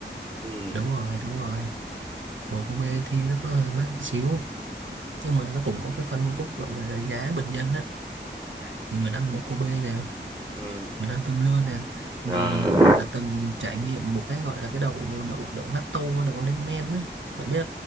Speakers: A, on the right (about 20°); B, on the right (about 85°).
A: ừm,
B: đúng rồi đúng rồi bò cô bê thì nó có hơi mắc xíu nhưng mà nó cũng có cái phân khúc gọi là giá bình dân á thì mình ăn bò cô bê nè
A: ừm.
B: mình ăn cơm lươn nè
A: rồi
B: mà mình cũng đã từng trải nghiệm một cái gọi là cái đậu đậu đậu natto đậu lên men á bạn biết